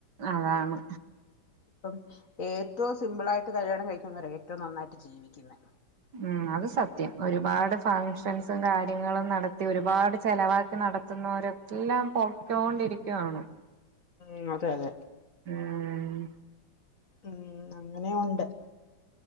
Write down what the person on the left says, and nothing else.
ഇപ്പം ഏറ്റവും സിമ്പിളായിട്ട് കല്യാണം കഴിക്കുന്നവരാ ഏറ്റവും നന്നായിട്ട് ജീവിക്കുന്നേ.
ഉം
ഉം അതെ അതെ.
ഉം അങ്ങനെം ഉണ്ട്.